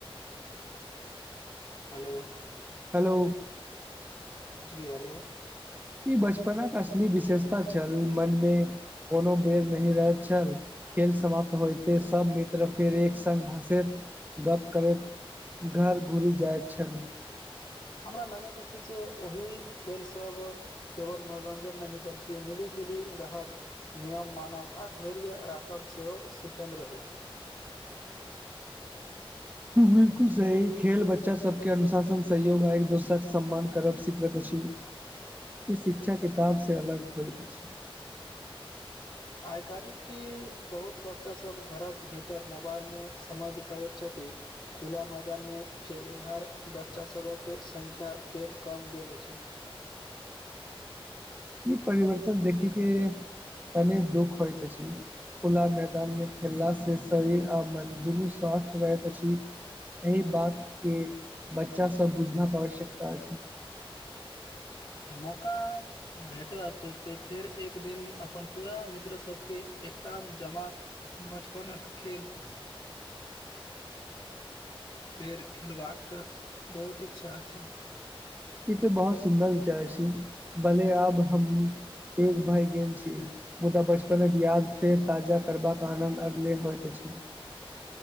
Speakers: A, on the left; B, on the right.
A: हेलो
B: हेलो
A: जी हेलो
B: ई बचपनक असली विशेषता छल मन मे कोनो बेर नहि रहैत छल खेल समाप्त होयते सब मित्र फेर एक सङ्ग हसैत गप करैत घर घुरि जाइत छल
A: हमरा लागैत अछि जे ओहि खेल सभ केवल मनोरञ्जन नहि बल्कि मिली जुली रहब नियम मानब आ धैर्य राखब सेहो सिखल रही
B: बिलकुल सही खेल बच्चा सबके अनुशासन सहयोग आ एक दोसराके सम्मान करब सिखबैत अछि ई शिक्षा किताब से अलग होइत अछि
A: आइ काल्हि के बहुत बच्चा सभ घरक भीतर मोबाइल मे समय बिताबैत छथि खुला मैदान मे खेलनिहार बच्चा सभहक संख्या फेर कम गेल अछि
B: ई परिवर्तन देखी के कने दुःख होयइत अछि खुला मैदान मे खेलला से शरीर आ मन दुनू स्वस्थ रहैत अछि एहि बातके बच्चासभ के बुझबाक आवश्यकता अछि
A: मौका भेटत तऽ फेर एक दिन अपन पूरा मित्र सबके एकटामे जमा बचपनक खेल पेर खेलबाक बहुत इच्छा अछि
B: ई त बहुत सुन्दर विचार अछि भले आब हम भय गेल छी मुदा बचपनक याद फेर ताजा करबाक आनन्द अगले होइत अछि